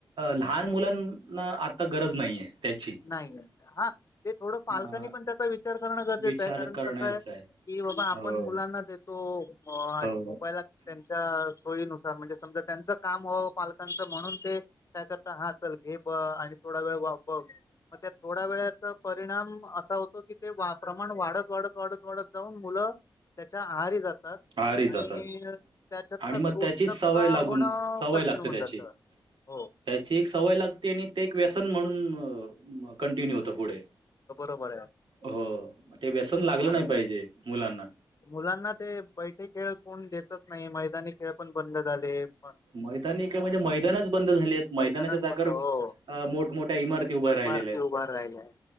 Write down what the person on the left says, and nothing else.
नाही ना. हां ते थोडं पालकांनी
पण त्याचा विचार करणं गरजेचं
आहे. कारण
कसं आहे- कि बाबा आपण
मुलांना देतो. मोबाईल
आता त्यांच्या सोयीनुस- -सार. म्हणजे समजा त्यांचं काम व्हावं पालकांचं म्हणून ते- काय करता? हा. चल घे बघ आणि थोडा वेळ व बघ. मग त्यात थोड्या वेळाचा परिणाम असा होतो की, ते प्रमाण वाढत वाढत वाढत वाढत जाऊन मुलं- त्याच्या आहारी जात- -तात
आणि त्याच्यातनं
सोटणं
का
होणं
कठीण
होऊन
जातं. हो.
बर आहे.
तेच
झालंय
मुलांना ते बैठे खेळ कोण देतच नाही. मैदानी खेळ पण बंद झाले. प -
मैदानच
बंद हो
इमारती उभ्या राहिल्याय.